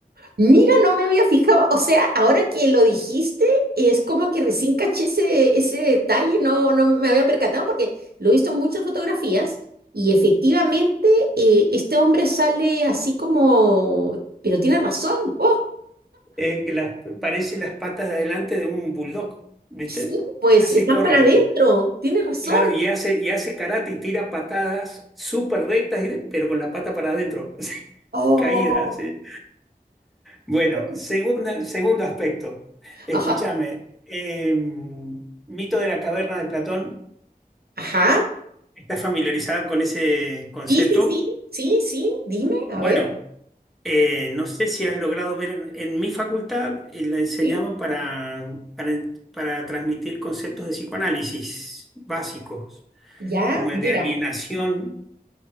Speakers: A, on the right (about 75°); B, in the centre.
A: mira, no me había fijado. O sea, ahora que lo dijiste, es como que recién caché ese, ese detalle, no, no me había percatado porque lo he visto en muchas fotografías y efectivamente eh, este hombre sale así como, pero tiene razón. Oh,
B: eh, las- parece las patas de adelante de un bulldog, ¿viste?
A: sí, pues
B: Así
A: están
B: corre.
A: para adentro, tiene razón.
B: Claro, y hace, y hace karate y tira patadas súper rectas, y- pero con la pata para adentro, <laughs> sí,
A: Oh,
B: caída, sí. Bueno,
A: oh,
B: segunda, segundo aspecto. Escúchame,
A: ajá,
B: eh, mito de la caverna de Platón.
A: ajá.
B: ¿Estás familiarizado con ese concepto?
A: Sí, sí, sí, sí, sí, dime, a
B: Bueno.
A: ver,
B: Eh, no sé si has logrado ver, en en mi facultad eh, la enseñaban
A: sí,
B: para, para, para transmitir conceptos de psicoanálisis básicos,
A: ya,
B: como el
A: mira.
B: de alienación.